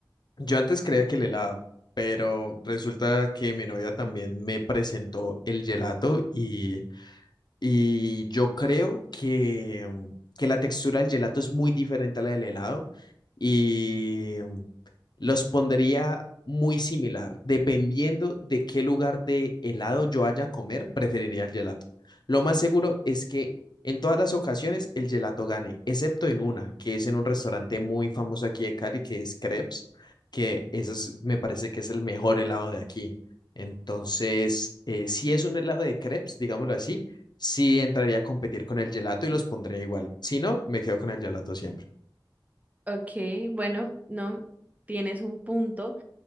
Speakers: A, on the left; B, on the right.
A: yo antes creía que el helado, pero resulta que mi novia también me presentó el gelato y Y yo creo que, mm, que la textura del gelato es muy diferente a la del helado y mm, los pondría muy similar. Dependiendo de qué lugar de helado yo haya a comer, preferiría el gelato. Lo más seguro es que en todas las ocasiones el gelato gane, excepto en una, que es en un restaurante muy famoso aquí de Cali, que es Crepes, que eso es- me parece que es el mejor helado de aquí. Entonces, eh, si es un helado de crepes, digámoslo así, sí entraría a competir con el gelato y los pondría igual. Si no, me quedo con el gelato siempre.
B: Ok, bueno, no, tienes un punto.